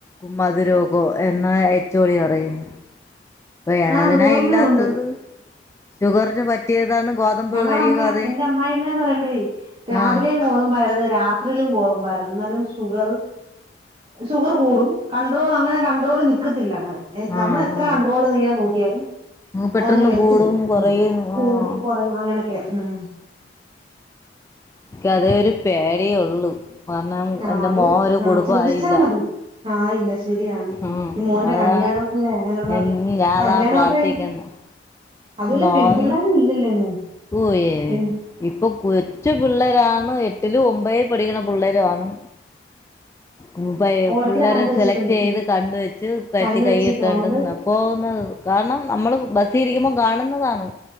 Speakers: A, on the left; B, on the right.
A: ഉം മതിരോകൊ എന്നാ ഏച്ചോടി അറിയു അപ്പൊ യാ
B: ആണ്
A: അതിനായി
B: ഗോതമ്പിലും
A: ഇല്ലാത്തത്
B: ഉണ്ട്
A: ഷുഗറിന് പറ്റിയതാണ് ഗോതമ്പ്
B: ഞങ്ങളെ
A: കഴിയുക
B: അമ്മ
A: അത്
B: എന്റെ അമ്മായി ആമ്മേന്ന് പറയുമ്പോഴേ രാവിലെയും
A: ആഹ്
B: ഗോതമ്പായിരുന്നു രാ ത്രിലും ഗോതമ്പാരുന്നു ഇന്നാലും ഷുഗറ് ഷുഗറ് കൂടും കൺട്രോൾ അങ്ങനെ കൺണ്ട്രോള് നിക്കത്തില്ല അങ്ങനെ എ നമ്മളെത്ര
A: ആഹ് ആഹ്
B: കൺണ്ട്രോള് ചെയാൻ നോക്കിയാലും
A: പെട്ടെന്ന്
B: അതങ്ങനെ വരത്തില്ല
A: കൂടും കുറയും
B: ഉം കൂടും
A: ആഹ്
B: കൊറയും അങ്ങനൊക്കെ ഉം
A: ഇക്കതേ ഒരു പേടിയൊള്ളു കാരണം
B: ആഹ്
A: എന്റെ
B: അത്
A: മോ ഒരു
B: ആഹ്
A: കുടുംബായില്ല
B: ശ്രദ്ധിച്ചാ മതി ആഹ് ഇല്ല ശരിയാണ്
A: ഉം
B: ഈ മോന്റെ
A: അതാ
B: കല്യാണം അല്ലേ അങ്ങനെയുള്ള
A: എന്നു ഞാനതാ
B: കല്യാണമൊക്കെ
A: പ്രാർത്ഥിക്കുന്ന്‌
B: അതുമല്ല
A: നോൻ
B: പെൺപിള്ളാരും ഇല്ലല്ലോ എങ്ങും
A: പോയേ
B: പെൺ-
A: ഇപ്പൊ കൊച്ച് പിള്ളേരാണ് എട്ടില് ഒമ്പതി പഠിക്കണ പിള്ളേരു ആണ് ഉം പയേ
B: ഓരോരുത്തരെ
A: പിള്ളേരെ
B: കണ്ട് വെച്ചിട്ടുണ്ട്
A: സെലക്ട് ചെയ്ത് കണ്ട് വെച്ചു കഴുത്തി
B: കണ്ട്
A: കൈയിട്ടോണ്ട്
B: വെച്ചേക്കുവാ അതുകൊണ്ട്
A: ന പോകുന്നത് കാരണം നമ്മള് ബസ്സി ഇരിക്കുമ്പൊ കാണുന്നതാണ്